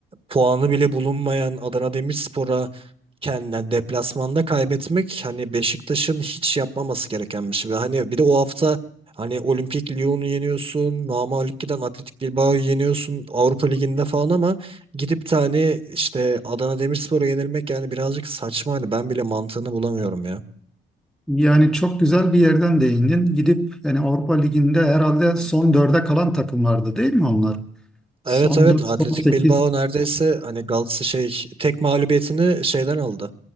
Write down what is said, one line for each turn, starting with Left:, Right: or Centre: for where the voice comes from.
Right: puanı bile bulunmayan Adana Demirspor'a kendinden deplasmanda kaybetmek hani Beşiktaş'ın hiç yapmaması gereken bir şey. Ve hani bir de o hafta hani Olimpik Lyon'u yeniyorsun, namağlup giden Atletik Bilbao'yu yeniyorsun Avrupa Ligi'nde falan ama gidip de hani işte Adana Demirspor'a yenilmek yani birazcık saçma hani ben bile mantığını bulamıyorum ya.
Centre: Yani çok güzel bir yerden değindin. Gidip yani Avrupa Ligi'nde herhalde son dörde kalan takımlardı değil mi onlar? Son
Right: Evet evet
Centre: 4,
Right: Atletik
Centre: son 8.
Right: Bilbao neredeyse hani Galatasaray şey tek mağlubiyetini şeyden aldı.